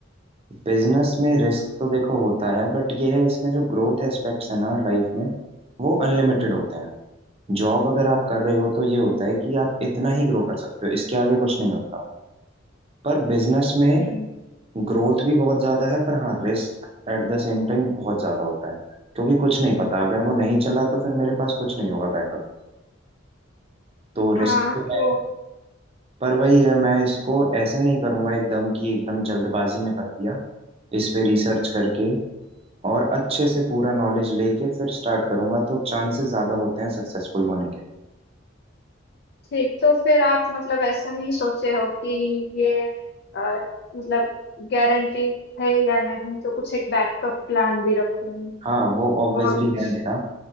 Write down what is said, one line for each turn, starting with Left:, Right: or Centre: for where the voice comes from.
Right: बिजनेस में रिस्क तो देखो होता है बट ये है इसमें जो ग्रोथ एस्पेक्ट्स है ना लाइफ में वो अनलिमिटेड होते हैं जॉब अगर आप कर रहे हो तो ये होता है कि आप इतना ही ग्रो कर सकते हो इसके आगे कुछ नहीं होता पर बिजनेस में
Left: हम्म
Right: ग्रोथ भी बहुत ज्यादा है पर हाँ risk at the same time बहुत ज्यादा होता है क्योंकि कुछ नहीं पता अगर वो नहीं चला तो फिर मेरे पास कुछ नहीं होगा बैकअप तो
Left: हाँ
Right: रिस्क तो
Left: वो
Right: है पर वही है मैं इसको ऐसे नहीं करूंगा एकदम कि एकदम जल्दबाजी में कर दिया इस पे रिसर्च करके और अच्छे से पूरा नॉलेज लेके फिर स्टार्ट करूंगा तो चांसेस ज्यादा होते हैं सक्सेसफुल होने के
Left: ठीक तो फिर आप मतलब ऐसा नहीं सोचे हो कि ये अ, मतलब गारंटी है या नहीं तो कुछ एक बैकअप प्लान भी रखूं
Right: हाँ वो ऑब्वियसली
Left: और कुछ
Right: है मेरा